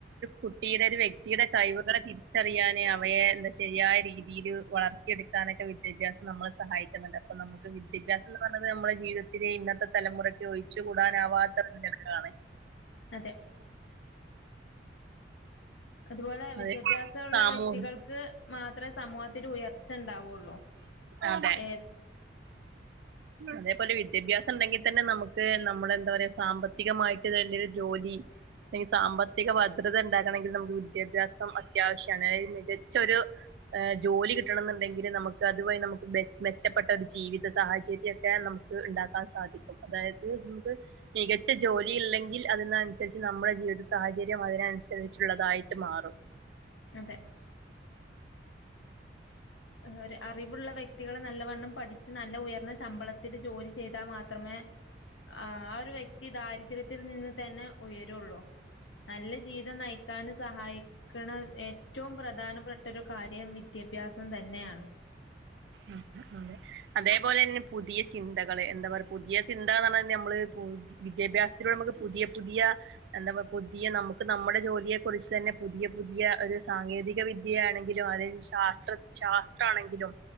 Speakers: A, on the right (about 65°); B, on the left (about 80°).
A: കുട്ടിയുടെ വ്യക്തിയുടെ കഴിവുകളെ തിരി അറിയാനേ അവയെ എന്താ ശരിയായ രീതില് വളർത്തിയെടുക്കാനൊക്കെ വിദ്യാഭ്യാസം നമ്മളെ സഹായിക്കുന്നുണ്ട് അപ്പം നമുക്ക് വിദ്യാഭാസം എന്ന് പറയുന്നത് നമ്മുടെ ജീവിതത്തിലെ ഇന്നത്തെ തലമുറക്ക് ഒഴിച്ചു കൂടാനാവാത്താ ഘടകങ്ങളാണ്.
B: അതെ അതുപോലെ വിദ്യാഭ്യാസം
A: അത്
B: ഉള്ള
A: സാമൂഹിക
B: വ്യക്തികൾക്ക് മാത്ര അത്ര സമൂഹത്തില് ഉയർച്ച ഉണ്ടാവുള്ളൂ
A: അതെ
B: ഏ
A: അതേപോലെ വിദ്യാഭ്യാസം ഉണ്ടെങ്കിൽ തന്നെ നമുക്ക് നമ്മുടെ എന്താ പറയാ സാമ്പത്തികമായിട്ട് വലിയൊരു ജോലി അല്ലെങ്കി സാമ്പത്തിക ഭദ്രത ഉണ്ടാക്കണെങ്കിൽ നമുക്ക് വിദ്യാഭ്യാസം അത്യാവശ്യമാണ്. അതായത് മികച്ചൊരു ജോലി കിട്ടണം എന്നുണ്ടെങ്കിൽ നമുക്ക് അതുവഴി നമുക്ക് മെച്ചപ്പെട്ട ഒരു ജീവിത സാഹചര്യത്തി ഒക്കെ നമുക്ക് ഉണ്ടാക്കാൻ സാധിക്കും. അതായത് നമുക്ക് മികച്ച ജോലി ഇല്ലെങ്കിൽ അതിനനുസരിച്ച് നമ്മുടെ ജീവിത സാഹചര്യം അതിനനുസരിച്ചുള്ളതായിട്ട് മാറും.
B: അതെ ഒരു അറിവുള്ള വ്യക്തികൾ നല്ലവണ്ണം പഠിച്ച് നല്ല ഉയർന്ന ശമ്പളത്തിൽ ജോലി ചെയ്താൽ മാത്രമേ ആ ഒരു വ്യക്തി ദാരിദ്ര്യത്തിൽ നിന്ന് തന്നെ ഉയരുള്ളൂ നല്ല ജീവിതം നയിക്കൻ സഹായിക്കണ ഏറ്റവും പ്രധാനപ്പെട്ട ഒരു കാര്യം വിദ്യാഭ്യാസം തന്നെ ന്നെയാണ്
A: ഉം അതെ അതുപോലെ തന്നെ പുതിയ ചിന്തകള് എന്താ പറ പുതിയ ചിന്തന്ന് പറ നമ്മള് വിദ്യാഭ്യാസത്തിലൂടെ നമുക്ക് പുതിയ പുതിയ എന്താ പറ പുതിയ നമുക്ക് നമ്മുടെ ജോലിയെ കുറിച്ച് തന്നെ പുതിയ പുതിയ ഒരു സാങ്കേതിക വിദ്യ ആണെങ്കിലും അതായ ശാസ്ത്ര ശാസ്ത്രമാണെങ്കിലും